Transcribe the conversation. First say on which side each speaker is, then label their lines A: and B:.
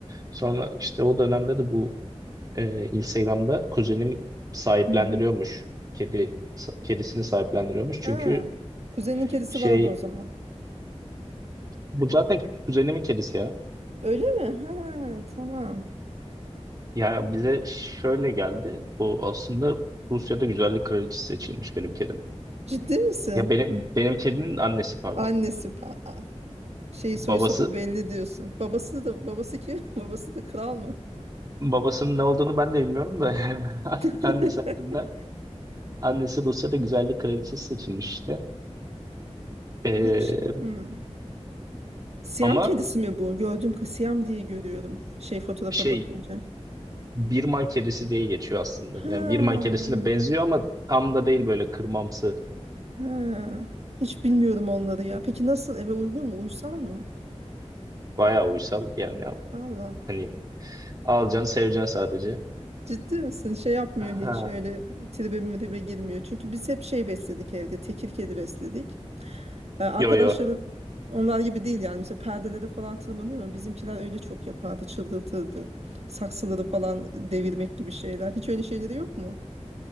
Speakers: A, on the right (about 30°); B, on the right (about 65°).
A: Sonra işte o dönemde de bu e, Instagram'da kuzenim sahiplendiriyormuş.
B: Hı hı.
A: Kedi sa- kedisini sahiplendiriyormuş. Çünkü
B: Ha, kuzenin kedisi
A: şey
B: vardı o zaman.
A: bu zaten kuzenimin kedisi ya.
B: Öyle mi? Ha, tamam.
A: Ya bize şöyle geldi. Bu aslında Rusya'da güzellik kraliçesi seçilmiş benim kedim.
B: Ciddi misin?
A: Ya benim benim kedinin annesi pardon.
B: Annesi fa- şey
A: Babası
B: soyu sopu belli diyorsun. Babası da babası kim? <laughs> Babası da kral mı?
A: babasının ne olduğunu ben de bilmiyorum da
B: <laughs>
A: <laughs> annesi hakkında Annesi Rusya'da güzellik kraliçesi seçilmiş işte. Ee,
B: Bu ş- Hmm. Siyam
A: ama
B: kedisi mi bu? Gördüm ki Siyam diye görüyorum. Şey fotoğrafa
A: şey
B: bakınca.
A: Birman kedisi diye geçiyor aslında.
B: Ha,
A: Yani Birman kedisine benziyor ama tam da değil böyle kırmamsı.
B: ha. Hiç bilmiyorum onları ya. Peki nasıl eve uygun mu? Uysal mı?
A: Bayağı uysal. Yani
B: Allah.
A: hani alacaksın seveceksin sadece.
B: Ciddi misin? Şey yapmıyor
A: Ha.
B: hiç. Öyle tribe mribe girmiyor. Çünkü biz hep şey besledik evde. Tekir kedi besledik. Ee, arkadaşların
A: Yo yo.
B: onlar gibi değil yani. Mesela perdeleri falan tırmanıyor mu? Bizimkiler öyle çok yapardı. Çıldırtırdı. Saksıları falan devirmek gibi şeyler. Hiç öyle şeyleri yok mu?